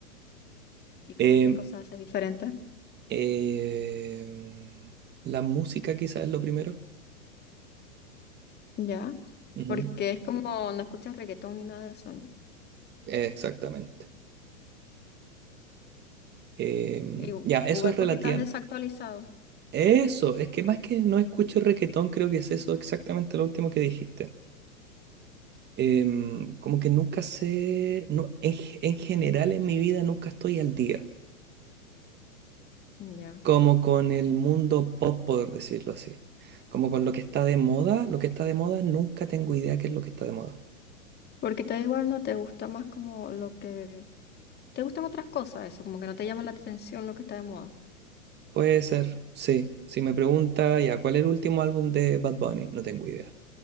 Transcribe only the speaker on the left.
¿Y cómo
qué cosa haces diferente?
Ya,
porque es como no escuchas reggaetón ni nada de eso, ¿no?
Igu-
Igual
porque estás desactualizado.
Ya.
Porque te da igual, no te gusta más como lo que ¿Te gustan otras cosas eso? Como que no te llama la atención lo que está de moda.